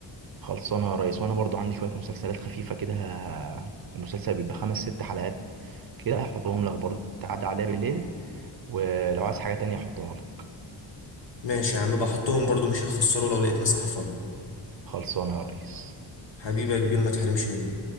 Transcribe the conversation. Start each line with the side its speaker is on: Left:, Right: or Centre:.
Right: خلصانة يا ريس وأنا برضو عندي شوية مسلسلات خفيفة كده المسلسل بيبقى خمس ست حلقات كده هحطهم لك برضو تعدي عليها بالليل ولو عايز حاجة تانية أحطها لك
Left: ماشي يا عم بحطهم برضو مش هيخسروا لو لقيت مساحة فاضية
Right: خلصانة يا ريس
Left: حبيبي يا كبير ما تحرمش مني